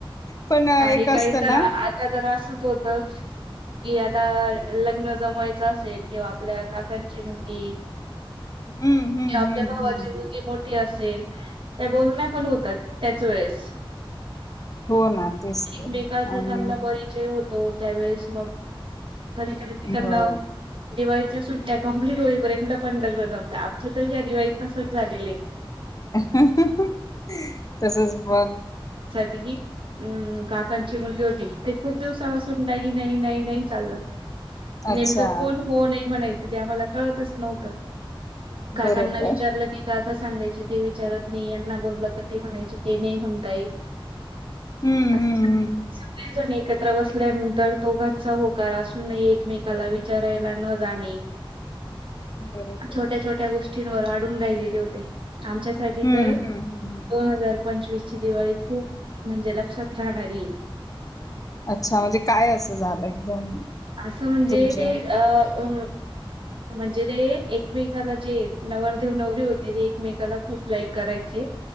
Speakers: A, on the left; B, on the right.
A: पण एक.
B: आणि
A: असतं
B: काही तर
A: ना
B: आ आता तर असच होत. कि आता लग्न जमवायचं असेल किंवा आपल्या काकांची मुलगी
A: हम्म हम्म
B: आपल्या
A: हम्म
B: भावाची
A: हम्म
B: मुलगी मोठ ते असेल ते बोलणे पण होतात त्याच वेळेस.
A: हो ना. तेच
B: एकमेकाच
A: तर आणि
B: चांगल परिचय होत. तो त्यावेळेस. मग कधी कधी तिकड
A: हो
B: न दिवाळीच्या सुट्ट्या कंप्लीट होईपर्यंत पण लग्न जमत आमच्या पण ह्या दिवाळीत तसच झालेलंय.
A: अहह तसच बघ.
B: तु ये. अमम काकांची मुलगी होती. ते खूप दिवसापासून नाही नाही नाही नाही चाललं नेमकं
A: अच्छा
B: कोण हो नाही म्हणेयत तर ते आम्हाला कळतच नव्हतं. काकांना
A: बरोबर
B: विचारलं की काक का सांगायचे ते विचारत नाही यांना बोललं का ते म्हणायचे ते नाही म्हणताय
A: हम्म
B: अस
A: हम्म हम्म हम्म.
B: सगळीजणे एकत्र बसल्यानंतर दोघांचा होकार असून एकमेकाला विचारायला न जाणे
A: बरोबर
B: छोट्या छोट्या गोष्ट ं तीनवार अडून राहिलेले होते आमच्यासाठी
A: हम्म
B: तर
A: हम्म हम्म हम्म.
B: दोन हजार पंचवीसची दिवाळी खूप म्हणजे ल सत्रा वारी
A: अच्छा म्हणजे काय असं झालं एकदम
B: असं म्हणजे
A: तुमच्या
B: ते अ अ म्हणजे ते एकमेकाला जे नवर देेव नवरी होते ते एकमेकाला खूप लाईक करायचे